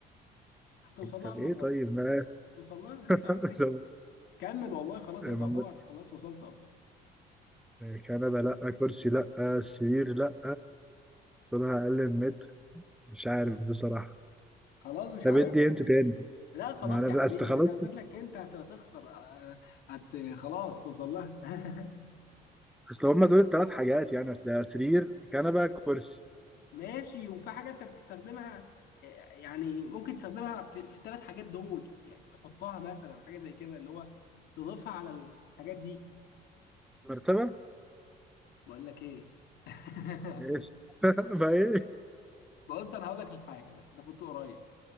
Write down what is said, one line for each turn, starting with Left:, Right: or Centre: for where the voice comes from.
Left: هتوصل لها
Centre: طب
Left: المرة
Centre: ايه طيب
Left: دي
Centre: ما
Left: هتوصل لها اسمع
Centre: <laughs>
Left: مني
Centre: طب
Left: كمل والله خلاص
Centre: ما-
Left: انت هتعتبر خلاص وصلت اهو
Centre: آه، كنبة لا كرسي لا سرير لا طولها اقل من متر مش عارف بصراحة
Left: خلاص مش
Centre: طب
Left: عارف
Centre: ادي انت تاني
Left: لا خلاص
Centre: ما انا
Left: يا حبيبي
Centre: اصل خلاص
Left: انا قلت لك انت هت- هتخسر آه، هت خلاص توصل لها <laughs>
Centre: اصل هما دول الثلاث حاجات يعني اصل سرير كنبة كرسي
Left: ماشي وفي حاجة انت بتستخدمها آه، يعني ممكن تستخدمها في في الثلاث حاجات دول يعني تحطها مثلا حاجة زي كده اللي هو تضيفها على الحاجات دي
Centre: مرتبة
Left: بقول لك ايه <laughs>
Centre: ايه <laughs> ما ايه
Left: بص انا هقول لك الحاجة بس انت كنت قريب